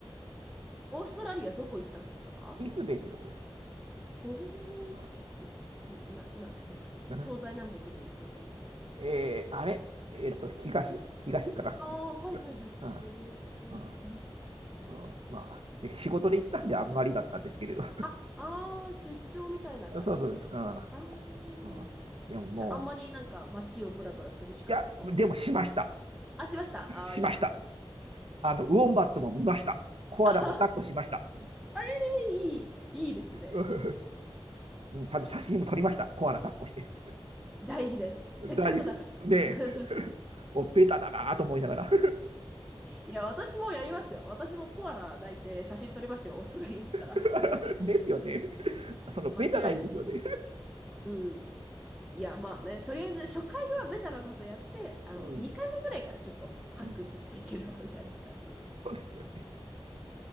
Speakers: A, in the centre; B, on the right.
A: <laughs> オーストラリアどこ行ったんですか
B: ブリスベンってとこです。
A: おお。
B: う
A: どな、な、
B: ん
A: 東西南北で言うとどの辺
B: えーあれえーっと、東東かな
A: ああ、はいはいはい。
B: うん
A: ええ。
B: うん
A: いいですね。
B: うんまあ、ね仕事で行ったんであんまりだったんですけれど。
A: あ、ああ出張みたいな感じで。
B: <laughs> そうそうです。うん
A: ああ、
B: うんでももう、
A: じゃああんまりなんか街をブラブラする時間とかは。
B: いや、でもしました。
A: あ、しました。
B: しました。
A: ああいいですね。
B: あの、ウォンバットも見ました。コアラも抱っこしました。
A: ああいい、いいですね。
B: <laughs> うん、ちゃんと写真も撮りました。コアラ抱っこして。
A: 大事です。せっかくだから。
B: 大丈夫ねえ、
A: <laughs>
B: もうベタだなと思いながら。
A: いや、私もやりますよ。私もコアラ抱いて写真撮りますよ。オーストラリア行ったら。
B: <laughs> ですよね。そのベタがいいですよね。
A: 間違いない。うん。いや、まあね、とりあえず初回はベタなことやって、あの、
B: うん、
A: 2回目ぐらいからちょっと発掘していければみたいな感じで。
B: うん、そうですよね。